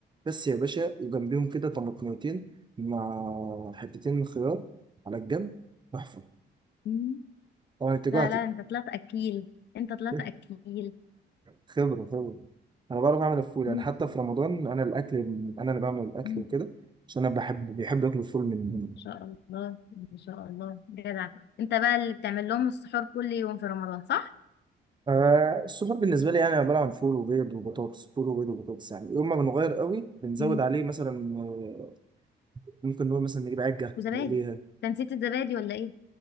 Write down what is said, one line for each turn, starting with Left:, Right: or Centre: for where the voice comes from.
Right: بس يا باشا وجنبيهم كده طماطميتين مع حتتين خيار على الجنب تحفة
Left: مم.
Right: طبعا انت جعت
Left: لا لا انت طلعت اكيل انت طلعت
Right: <laughs>
Left: اكيل
Right: خبرة خبرة أنا بعرف أعمل الفول يعني
Left: مم،
Right: حتى في رمضان أنا الأكل أنا اللي بعمل الأكل
Left: مم. ان
Right: وكده عشان أنا بحب بيحب ياكلوا الفول من
Left: شاء الله ان شاء الله جدع انت بقى اللي بتعمل لهم السحور كل يوم في رمضان صح
Right: آه السحور بالنسبة لي يعني أنا عبارة عن فول وبيض وبطاطس فول وبيض وبطاطس يعني يوم ما بنغير قوي بنزود
Left: مم.
Right: عليه مثلا آه، ممكن نقول مثلا نجيب عجة
Left: وزبادي
Right: نقليها
Left: انت نسيت الزبادي ولا ايه